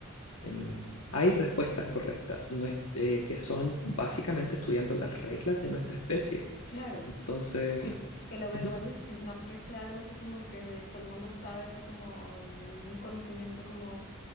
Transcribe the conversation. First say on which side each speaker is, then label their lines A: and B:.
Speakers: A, on the left; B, on the left.
A: Em, hay respuestas correctas no es- eh, que son básicamente estudiando las reglas de nuestra especie
B: Claro,
A: entonces,
B: que, que lo verbalicen,
A: ujú,
B: no que sea algo así como que todo el mundo sabe, así como en un conocimiento como,